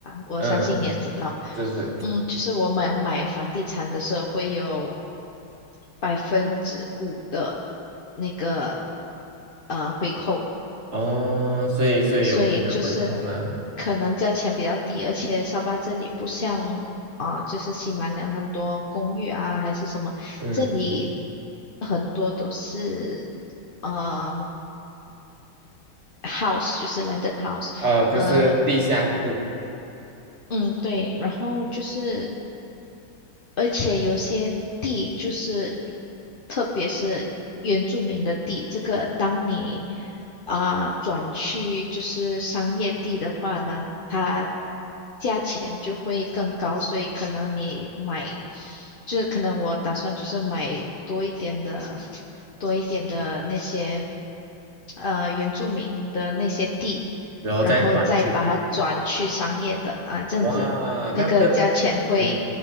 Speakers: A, on the left; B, on the right.
A: 我相信你也知道，
B: 嗯，是是，
A: 嗯，就是我们买房地产的时候会有百分之五的那个呃回扣。
B: 哦，所以所以有这个回扣啦，
A: 所以就是可能价钱比较低，而且沙巴这里不像啊、就是西马两很多公寓啊还是什么，
B: 嗯，
A: 这里很多都是嗯、呃 house，就是 landed house，
B: 啊，就是地下物，
A: 呃嗯对，然后就是。而且有些地就是，特别是原住民的地，这个当你啊、转去就是商业地的话呢，它价钱就会更高，所以可能你买，就是可能我打算就是买多一点的，多一点的那些呃原住民的那些地，
B: 然后再转去，
A: 然后再把它转去商业的啊，这样子那个价钱会
B: 哇，那个，嗯，